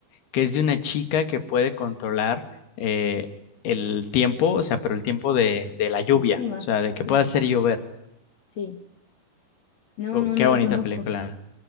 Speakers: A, on the left (about 85°); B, on the left (about 50°).
A: que es de una chica que puede controlar eh, el tiempo, o sea, pero el tiempo de, de la lluvia,
B: el clima
A: o sea, de que
B: sí,
A: pueda hacer llover.
B: sí. No,
A: Uy,
B: no,
A: qué
B: no
A: bonita
B: la conozco.
A: película.